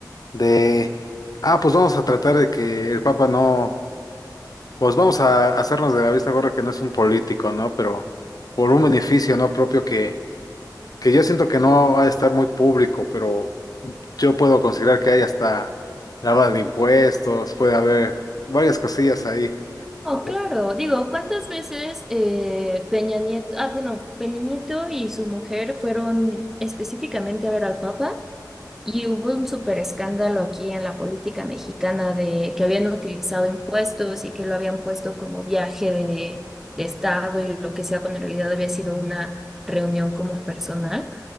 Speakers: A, on the left; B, in the centre.
A: de, ah, pues vamos a tratar de que el Papa no, pues vamos a hacernos de la vista gorda que no es un político, ¿no? Pero por un beneficio no propio que que yo siento que no va a estar muy público, pero yo puedo considerar que hay hasta lavada de impuestos, puede haber varias cosillas ahí.
B: Oh,
A: O-
B: claro, digo, ¿cuántas veces eh, Peña Nieto, ah, bueno, Peña Nieto y su mujer fueron específicamente a ver al Papa? Y hubo un súper escándalo aquí en la política mexicana de que habían utilizado impuestos y que lo habían puesto como viaje de, de estado y lo que sea, cuando en realidad había sido una reunión como personal.